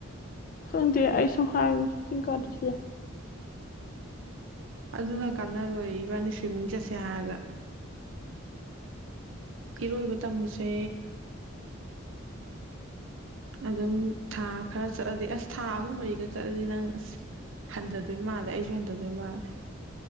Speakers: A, on the left; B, on the right.
A: ꯁꯪꯗꯦ ꯑꯩ ꯁꯨꯝ ꯍꯥꯏꯕꯨꯅꯦ ꯀꯤꯡ ꯀꯥꯗꯁꯨ ꯌꯥꯏ
B: ꯑꯗꯨꯅ ꯀꯥꯟꯅꯔꯣꯏ ꯏꯕꯥꯅꯤ ꯁ꯭ꯋꯤꯝꯃꯤꯡ ꯆꯠꯁꯦ ꯍꯥꯏꯔꯒ ꯏꯔꯣꯏꯕ ꯇꯝꯃꯨꯁꯦ ꯑꯗꯨꯝ ꯊꯥ ꯈꯔ ꯆꯠꯂꯗꯤ ꯑꯁ ꯊꯥ ꯑꯍꯨꯝ ꯃꯔꯤꯒ ꯆꯠꯂꯗꯤ ꯅꯪ ꯑꯁ ꯍꯟꯊꯗꯣꯏ ꯃꯥꯜꯂꯦ ꯑꯩꯁꯨ ꯍꯟꯊꯗꯣꯏ ꯃꯥꯜꯂꯦ